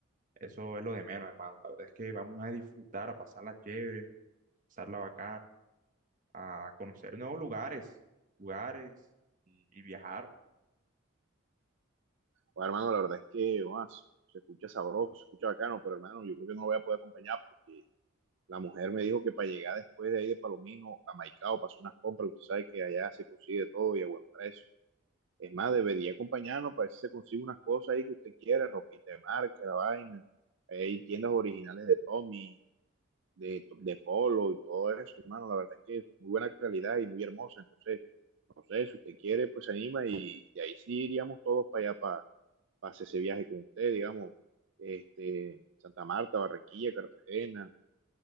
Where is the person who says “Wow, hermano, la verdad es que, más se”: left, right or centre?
Right